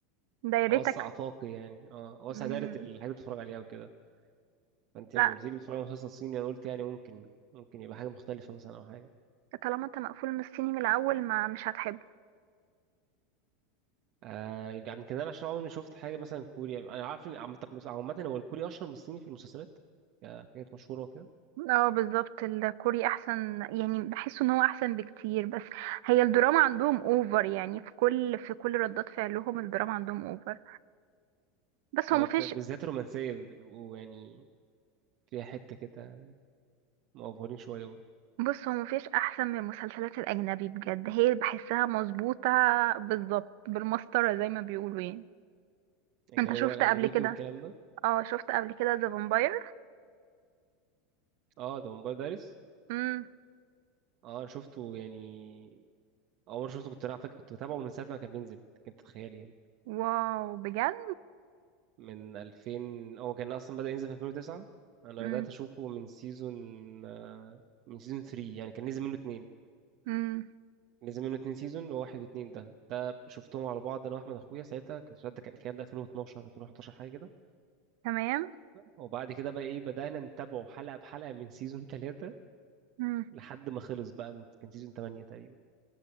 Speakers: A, on the right; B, on the right.
A: دايرتك
B: اوسع افاقي يعني اه اوسع
A: مم،
B: دايره الحاجات اللي بتفرج عليها وكده فانت
A: لا
B: لما قلت لي بتتفرج على مسلسل صيني انا قلت يعني ممكن ممكن يبقى حاجه مختلفه مثلا او حاجه
A: طالما انت مقفول من الصيني من الاول ما مش هتحبه
B: آه يمكن يمكن انا عشان عمري ما شفت حاجه مثلا كوريا انا عارف ان عامه عامة هو الكوري اشهر من الصيني في المسلسلات كحاجات مشهوره وكده
A: اه بالظبط الكوري احسن يعني بحس ان هو احسن بكتير بس هي الدراما عندهم اوفر يعني في كل في كل ردات فعلهم الدراما عندهم اوفر بس
B: اه
A: هو مفيش
B: ف- بالذات الرومانسيه بيبقوا يعني فيها حته كده مأفورين شويه برضه
A: بص هو مفيش احسن من المسلسلات الاجنبي بجد هي بحسها مظبوطة بالظبط بالمسطرة زي ما بيقولوا يعني
B: اجنبي
A: انت شفت
B: اللي هو الامريكي
A: قبل كده
B: والكلام ده
A: اه شفت قبل كده ذا فامباير
B: اه ده ممبار دارس
A: امم
B: اه انا شفته يعني اول مره شفته كنت انا على فكره كنت بتابعه من ساعه ما كان بينزل كنت تخيل يعني
A: واو بجد
B: من 2000 هو كان اصلا بدأ ينزل في 2009 انا
A: امم
B: بدأت اشوفه من سيزون آه، من سيزون 3 يعني كان نزل منه اتنين
A: امم
B: نزل منه اتنين سيزون وواحد واتنين ده ده شفتهم على بعض انا واحمد اخويا ساعتها كان الشهر ده كان الكلام ده 2012 2011 حاجه كده
A: تمام
B: وبعد كده بقى ايه بدأنا نتابعه حلقه بحلقه من سيزون <laughs> 3
A: امم
B: لحد ما خلص بقى من كان سيزون 8 تقريبا